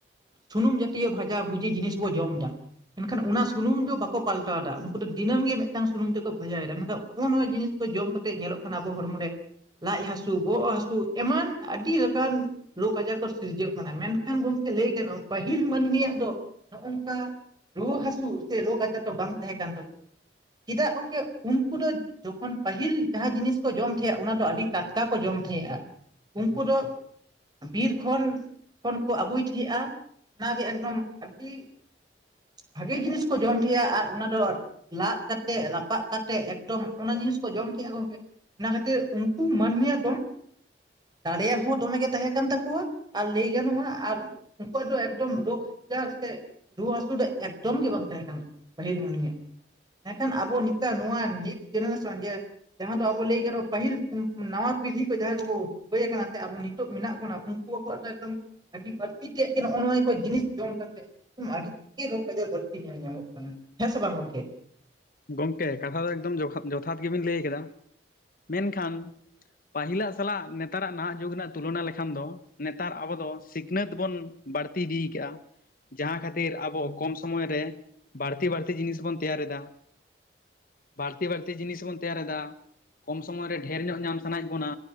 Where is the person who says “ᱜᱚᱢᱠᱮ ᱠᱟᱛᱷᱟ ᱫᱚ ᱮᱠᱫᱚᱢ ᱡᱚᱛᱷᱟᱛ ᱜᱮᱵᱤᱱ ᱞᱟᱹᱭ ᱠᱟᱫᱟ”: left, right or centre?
Left